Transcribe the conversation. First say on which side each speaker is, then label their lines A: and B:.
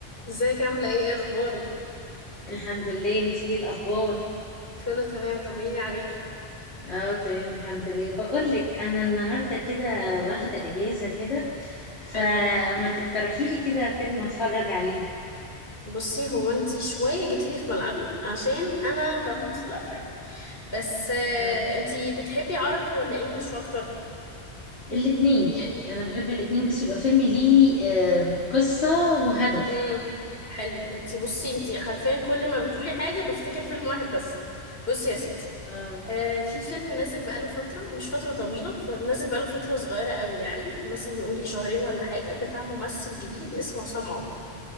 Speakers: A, on the left; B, on the left.
A: ازيك عاملة ايه ايه اخبارك
B: الحمد لله انتي ايه الاخبار
A: كله تمام طمنيني عليكي
B: اه تمام الحمد لله بقول لك انا النهارده كده واخده اجازه كده فما
A: حلو
B: تقترحي لي كده فيلم اتفرج عليه
A: بصي هو انتي شوية جيتيلي في ملعبي عشان انا بموت في الافلام بس آه،
B: آه،
A: انتي بتحبي عربي ولا انجليش اكتر
B: الاتنين يعني انا بحب الاتنين بس يبقى فيلم ليه آه، قصه وهدف
A: امم حلو انتي بصي انتي حرفيا كل ما بتقولي حاجة بفتكر فيلم واحد بس بصي يا ستي
B: اه
A: آه في فيلم نازل بقاله فترة مش فترة طويلة فنازل بقاله فترة صغيرة قوي يعني مثلا قولي شهرين ولا حاجة بتاع ممثل جديد اسمه عصام عمر